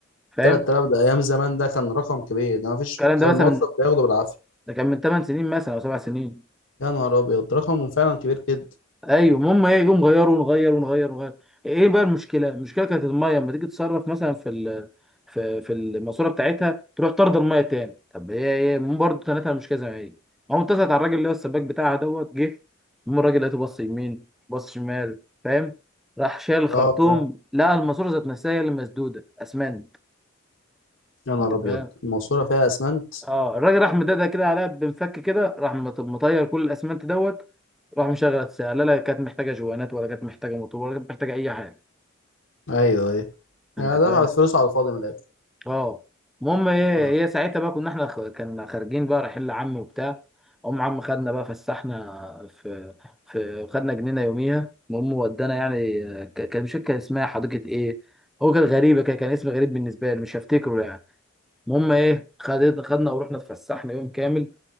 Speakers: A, in the centre; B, on the left.
A: فاهم
B: 3000 ده أيام زمان ده كان رقم كبير ده مفيش
A: الكلام ده
B: كان
A: مثلا
B: الموظف بياخده بالعافية
A: ده كان من 8 سنين مثلا او 7 سنين
B: يا نهار أبيض رقمه فعلا كبير جدا
A: ايوه المهم ايه يقوم غيروا ونغير ونغير ونغير ايه بقى المشكله المشكله كانت الميه لما تيجي تصرف مثلا في ال... في في الماسوره بتاعتها تروح طرد الميه تاني طب هي ايه برضه تنتها مش كذا ما هي قام اتصلت على الراجل اللي هو السباك بتاعها دوت جه المهم الراجل لقيته بص يمين بص شمال فاهم راح شال الخرطوم
B: أه فعلا
A: لقى الماسوره ذات نفسها هي اللي مسدوده اسمنت
B: يا نهار
A: انت فاهم
B: أبيض الماسورة فيها أسمنت
A: اه الراجل راح مدادها كده عليها بمفك كده راح مط- مطير كل الاسمنت دوت راح مشغل الساعه لا لا كانت محتاجه جوانات ولا كانت محتاجه موتور ولا كانت محتاجه اي حاجه
B: أيوه أيوه يعني
A: انت فاهم
B: دفعت فلوس على الفاضي من الآخر
A: اه المهم ايه
B: يا نهار أبيض.
A: هي ساعتها بقى كنا احنا خ... كنا خارجين بقى رايحين لعم وبتاع ام عم خدنا بقى فسحنا في في خدنا جنينه يوميها المهم ودانا يعني آه، ك- كان مش فاكر كان اسمها حديقه ايه هو كان غريبه كده كان اسم غريب بالنسبه لي مش هفتكره يعني المهم ايه خدت خدنا ورحنا اتفسحنا يوم كامل